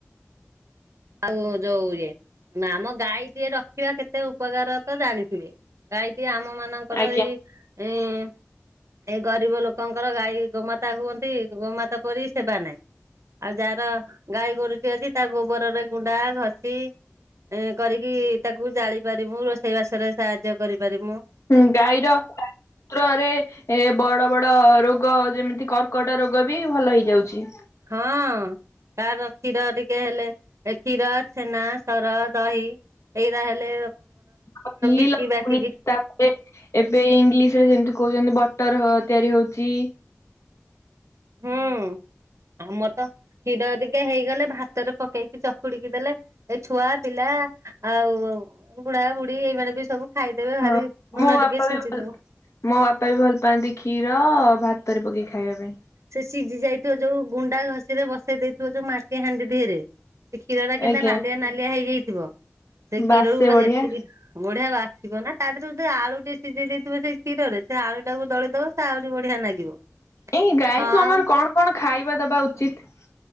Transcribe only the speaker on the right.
ଆଉ ଯଉ ଇଏ। ନାମ ଗାଈ ଟିଏ ରଖିବା କେତେ ଉପକାର ତ ଜାଣିଥିବେ। ଗାଈ ଟିଏ ଆମ ମା ଙ୍କର,
ଏଇ ଗରିବ ଲୋକଙ୍କର ଗାଈ ଗୋମାତା ହୁଅନ୍ତି। ଗୋମାତା ପରି ସେବା ନାଇଁ, ଆଉ ଯାଆର ଗାଈ ଗୋରୁ ଟେ ଅଛି। ତା ଗୋବରରେ କୁଣ୍ଡା, ଘସି। କରିକି ତାକୁ ଜାଳି ପାରି, ରୋଷେଇ ବାସରେ ସାହାଯ୍ୟ କରି ପାରିମୁଁ।
ହଁ! ତା'ର କ୍ଷୀର ଟିକେ ହେଲେ, ଏ କ୍ଷୀର, ଛେନା, ସର, ଦହି। ଏଇରା ହେଲେ
ବିକି
ବାକିକି।
ହୁଁ ଆମର ତ କ୍ଷୀର ଟିକେ ହେଇଗଲେ ଭାତରେ ପକେଇକି ଚକୁଡିକି ଦେଲେ ଏ ଛୁଆ ପିଲା ଆଉ ବୁଢା ବୁଢୀ ଏଇମାନେ ବି ସବୁ ଖାଇଦେବେ
ଭାରି ଲୁଣ
ଟିକେ ଛିଞ୍ଚିଦେଲେ।
ସେ ସିଝି ଯାଇଥିବ ଯୋଉ ଗୁଣ୍ଡା ଘଷିରେ ବସେଇ ଦେଇଥିବ ଯୋଉ ମାଟି ହାଣ୍ଡି ଧିଅରେ। ସେ କ୍ଷୀରଟା କେଏତା
ନାଲିଆ ନାଲିଆ ହେଇଯାଇଥିବ ସେ କ୍ଷୀରରୁ
ଏତିକି ବଢିଆ ଆସିବ ନା ତା ଦେହରେ ଯୋଉ ଆଳୁଟିକେ ସିଝେଇ ଦେଇଥିବ ସେଇ କ୍ଷୀରରେ ସେ ଆଳୁ ଟାକୁ ଦଳି ତ ସେ ଆହୁରି ବଢିଆ ନାଗିବ।
ହଁ